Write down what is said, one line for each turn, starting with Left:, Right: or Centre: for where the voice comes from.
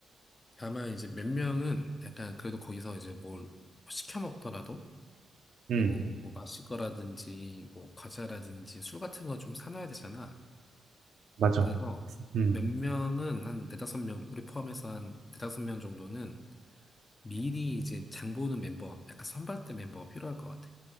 Left: 다만 이제 몇 명은 약간 그래도 거기서 이제 뭘 시켜 먹더라도
Right: 음,
Left: 뭐, 뭐 마실 거라든지 뭐 과자라든지 술 같은 거 좀 사놔야 되잖아.
Right: 맞아.
Left: 그래서
Right: 음,
Left: 몇 명은 한 네다섯 명, 우리 포함해서 한 네다섯 명 정도는 미리 이제 장 보는 멤버, 약간 선발대 멤버가 필요할 것 같아.